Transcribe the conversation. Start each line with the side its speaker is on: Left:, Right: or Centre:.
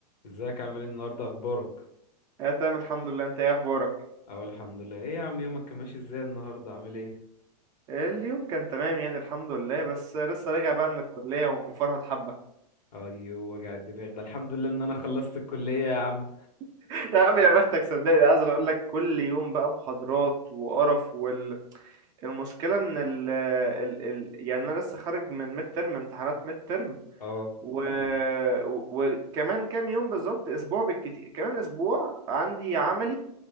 Left: ازيك عامل ايه النهارده اخبارك
Right: اه تمام الحمد لله انت ايه اخبارك
Left: اه الحمد لله ايه يا عم يومك كان ماشي ازاي النهارده عامل ايه
Right: اليوم كان تمام يعني الحمد لله بس لسه راجع بقى من الكليه ومفرهد حبه
Left: ايوه وجع الدماغ ده الحمد لله ان انا خلصت الكليه يا عم
Right: <laughs> يا عم يا بختك صدقني عايز اقول لك كل يوم بقى محاضرات وقرف وال... المشكلة ان ال ال ال يعني انا لسه خارج من ميد ترم امتحانات ميد ترم
Left: اه
Right: و... و- وكمان كام يوم بالظبط اسبوع بالكتير كمان اسبوع عندي عملي